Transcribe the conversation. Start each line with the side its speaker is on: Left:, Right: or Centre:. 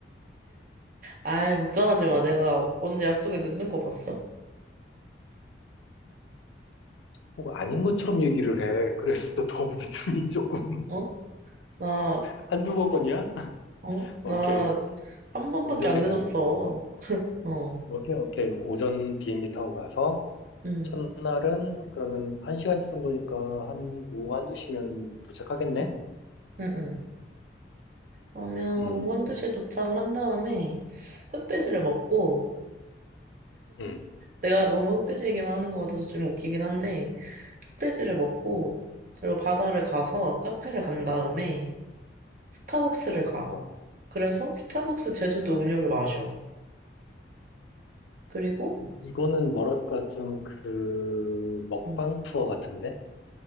Right: 아이, 걱정하지
Left: 어?
Right: 마. 내가 언제 약속에 늦는 거 봤어?
Left: 혹 아닌 것처럼 얘기를 해. 그래서 더 믿음이 조금
Right: 어? 나,
Left: <laughs> 한두 번이야?
Right: 어?
Left: <laughs>
Right: 어?
Left: 오케이.
Right: 나 한 번밖에
Left: 오전에
Right: 안 늦었어.
Left: 가는 걸로.
Right: 어,
Left: 오케이, 오케이. 오전 비행기 타고 가서
Right: 응,
Left: 첫날은 그러면 한 시간 정도니까 한 오후 한두 시면은 도착하겠네?
Right: 응, 응. 응. 그러면
Left: 음,
Right: 오후 한두시에 도착을 한 다음에 흑돼지를 먹고,
Left: 음,
Right: 내가 너무 흑돼지 얘기만 하는 것 같아서 좀 웃기긴 한데, 흑돼지를 먹고, 그리고 바다를 가서 카페를 간 다음에 스타벅스를 가.
Left: 어.
Right: 그래서 스타벅스 제주도 음료를 마셔. 그리고,
Left: 이거는 뭐랄까 좀 그 먹방
Right: 응.
Left: 투어 같은데?